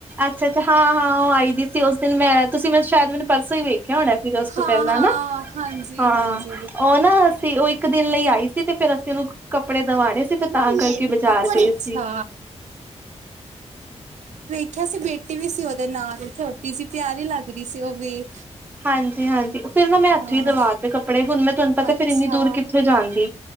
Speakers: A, on the right; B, on the right.
A: ਅੱਛਾ-ਅੱਛਾ ਹਾਂ-ਹਾਂ ਉਹ ਆਈ ਦੀ ਸੀ ਉਸ ਦਿਨ ਮੈਂ ਤੁਸੀਂ ਮੈਂ ਸ਼ਾਇਦ ਮੈਨੂੰ ਪਰਸੋਂ ਹੀ ਵੇਖਿਆ ਹੋਣਾ ਫਿਰ ਉਸ ਤੋਂ
B: ਹਾਂ-ਹਾਂ
A: ਪਹਿਲਾਂ ਨਾ
B: ਹਾਂਜੀ-ਹਾਂਜੀ
A: ਹਾਂ ਉਹ ਨਾ ਅਸੀਂ ਉਹ ਇੱਕ ਦਿਨ ਲਈ ਆਈ ਸੀ ਤੇ ਫਿਰ ਅਸੀਂ ਉਹਨੂੰ ਕੱਪੜੇ ਦਵਾਣੇ ਸੀ
B: ਮੈਂ
A: ਫ ਤਾਂ ਕਰਕੇ
B: ਵੀ
A: ਬਾਜ਼ਾਰ
B: ਅੱਛਾ ਬੜੀ
A: ਗਏ
B: ਅੱਛਾ
A: ਸੀ
B: ਆਖਿਆ ਸੀ ਬੇਟੀ ਵੀ ਸੀ ਉਹਦੇ ਨਾਲ ਛੋਟੀ ਸੀ ਪਿਆਰ ਹੀ ਲੱਗ ਰਹੀ ਸੀ ਉਹ ਵੀ
A: ਹਾਂਜੀ-ਹਾਂਜੀ ਫਿਰਰ ਨਾ ਮੈਂ ਹੱਥੋਂ
B: ਹਾਂ
A: ਹੀ ਦੀਵਾ ਤੇ ਕੱਪੜੇ ਹੁਣ ਮੈਂ ਤੁਹਾਨੂੰ ਪਤਾ
B: ਅੱਛਾ
A: ਫੇ ਇੰਨੀ ਦੂਰ ਕਿੱਥੇ ਜਾਣਦੀ ਠੀ